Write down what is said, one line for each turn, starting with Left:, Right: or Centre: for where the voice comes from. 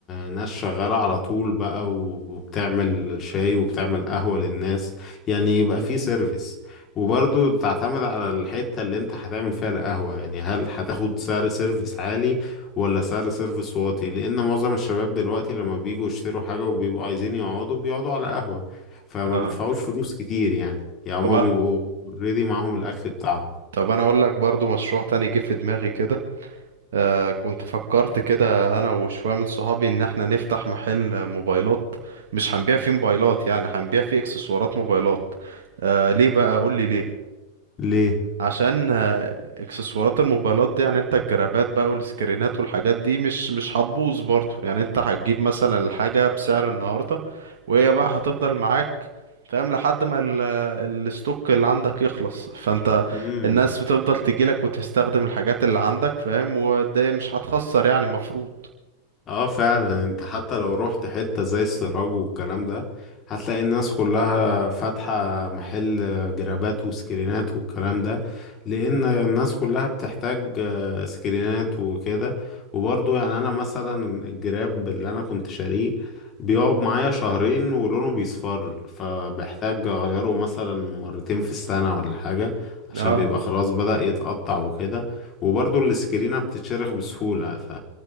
Left: ناس شغالة على طول بقى و- وبتعمل شاي وبتعمل قهوة للناس يعني يبقى في سيرفيس وبرضو تعتمد على الحتة اللي انت هتعمل فيها القهوة يعني هل هتاخد سعر سيرفيس عالي ولا سعر سيرفيس واطي لان معظم الشباب دلوقتي لما بييجوا يشتروا حاجة وبيبقوا عايزين يقعدوا بيقعدوا على قهوة فما
Right: اه
Left: بيدفعوش فلوس كتير يعني يعني
Right: طب
Left: هما بيبقوا
Right: أ-
Left: اوريدي معاهم الاكل بتاعهم
Right: طب انا اقول لك برضو مشروع تاني جه في دماغي كده آه كنت فكرت كده انا وشويه من صحابي ان احنا نفتح محل موبايلات مش هنبيع فيه موبايلات يعني هنبيع فيه اكسسوارات موبايلات آه ليه بقى قول لي ليه
Left: ليه؟
Right: عشان آه، اكسسوارات الموبايلات دي يعني انت الجرابات بقى والسكرينات والحاجات دي مش مش هتبوظ برضه يعني انت هتجيب مثلا الحاجة بسعر النهاردة وهي بقى هتفضل معاك فاهم لحد ما ال- الستوك اللي عندك يخلص فانت
Left: مم.
Right: الناس بتفضل تجيلك وتستخدم الحاجات اللي عندك فاهم وده مش هتخسر يعني مفروض
Left: اه فعلا انت حتى لو رحت حتة زي السراج والكلام ده هتلاقي الناس كلها فاتحة محل جرابات وسكرينات والكلام ده لان الناس كلها بتحتاج آه، سكرينات وكده وبرضو يعني انا مثلا الجراب اللي انا كنت شاريه بيقعد معايا شهرين ولونه بيصفر فبحتاج اغيره مثلا مرتين في السنة ولا حاجة عشان
Right: آه.
Left: بيبقى خلاص بدأ يتقطع وكده وبرضو السكرينة بتتشرخ بسهولة ف